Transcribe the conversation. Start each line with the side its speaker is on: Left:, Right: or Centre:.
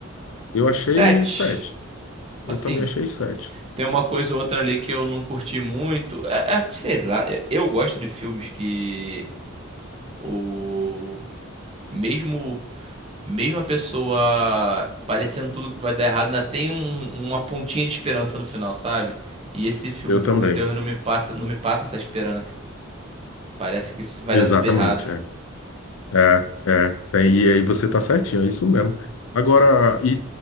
Left: Eu achei
Right: sete.
Left: sete Eu
Right: Assim,
Left: também achei sete
Right: tem uma coisa ou outra ali que eu não curti muito. É, é, sei lá, é- eu gosto de filmes que o mesmo Mesmo a pessoa parecendo tudo que vai dar errado, ainda tem um- uma pontinha de esperança no final, sabe? E esse filme
Left: Eu
Right: Prometeu
Left: também.
Right: não me passa, não me passa essa esperança. Parece que isso vai
Left: Exatamente,
Right: dar tudo errado.
Left: é. É, é. É, E aí você tá certinho, é isso mesmo. Agora, e,